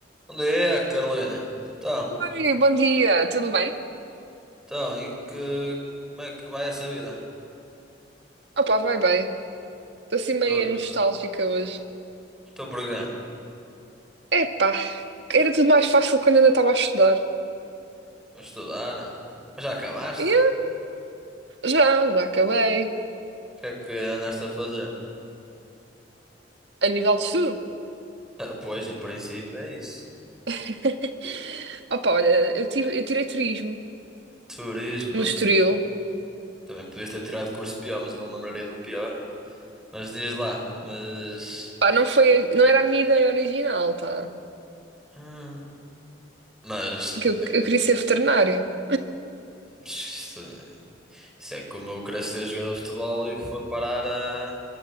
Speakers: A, in the centre; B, on the right.
A: Onde é, Carolina? Então,
B: Oi, bom dia, tudo bem?
A: então, e que, como é que vai essa vida?
B: Opa, vai bem. Estou assim meio
A: Uh,
B: nostálgica hoje.
A: Estou por quê?
B: Epá, era tudo mais fácil quando ainda estava a estudar.
A: Vou estudar? ah. Mas já acabaste?
B: Yeah, já, já acabei.
A: O que é que andaste a fazer?
B: A nível de estudo.
A: Ah, pois, em princípio é isso.
B: <laughs> Opa, olha, eu tive, eu tirei turismo
A: Turismo.
B: no Estoril.
A: f- Também podias ter tirado curso pior, mas eu não me lembrarei de um pior. Mas diz lá, mas...
B: Pá, não foi, não era a minha ideia original, tá?
A: hum, mas...
B: Porque eu,
A: eh,
B: eu queria ser veterinária.
A: Isso, isso é como eu querer ser jogador de futebol e foi parar a,